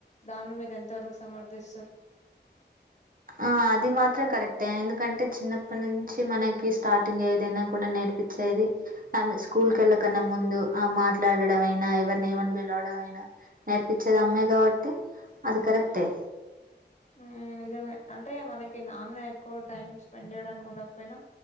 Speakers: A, on the left (about 40°); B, on the right (about 50°).
A: దాన్ని మీరు ఎంత వరకు సమర్దిస్తారు
B: ఆ అది మాత్రం కరెక్టే ఎందుకంటే చిన్నప్పటి నుంచి మనకి స్టార్టింగ్ ఏదైనా కూడా నేర్పి పించేది స్కూల్ కి వెళ్కన్నా ముందు ఆ మాట్లాడడం అయినా ఎవరిని ఏమని పిలవడం అయి నా నేర్పించేది అమ్మాయి కాబట్టి అది కరెక్టే
A: ఉమ్ నిజమే అంటే మనకి నాన్న ఎక్కువ టైం స్పెండ్ చేయడానికి ఉండకపోయినా